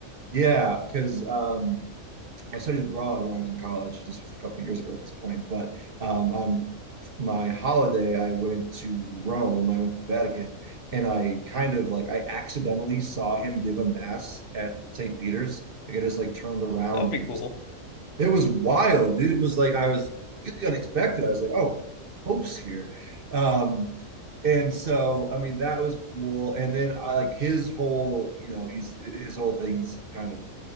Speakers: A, on the right; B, on the left.
A: yeah, because um I studied abroad when I was in college. This was a couple of years ago at this point, but um, on my holiday, I went to Rome. I went to the Vatican, and I kind of like I accidentally saw him give a mass at St. Peter's. Like I just like turned around
B: That would
A: and
B: be
A: he
B: cool.
A: was there. It was wild, dude. It was like I was completely unexpected. I was like, oh, the Pope's here. Um, and so I mean that was cool. And then I like his whole, you know, he's his whole thing is kind of